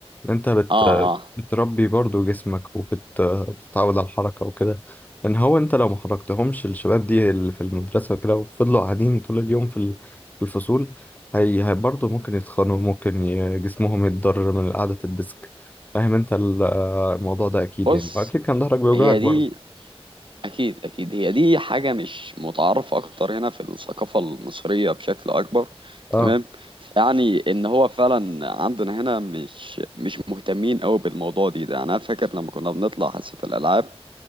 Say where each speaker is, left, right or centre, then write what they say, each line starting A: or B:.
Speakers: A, on the left; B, on the right.
A: انت بت
B: آه آه
A: بتربي برضو جسمك وبتتعود على الحركة وكده ان هو انت لو ما حركتهمش الشباب دي اللي في المدرسة وكده وفضلوا قاعدين طول اليوم في ال- في الفصول هي هي برضو ممكن يتخنوا ممكن ي- جسمهم يتضرر من قعدة الديسك فاهم انت ال- الموضوع ده اكيد
B: بص
A: يعني واكيد كان ظهرك بيوجعك
B: هي
A: برضو
B: دي أكيد أكيد هي دي حاجة مش متعارفة أكتر هنا في الثقافة المصرية بشكل أكبر تمام
A: اه
B: يعني إن هو فعلا عندنا هنا مش مش مهتمين أوي بالموضوع دي ده أنا فاكر لما كنا بنطلع حصة الألعاب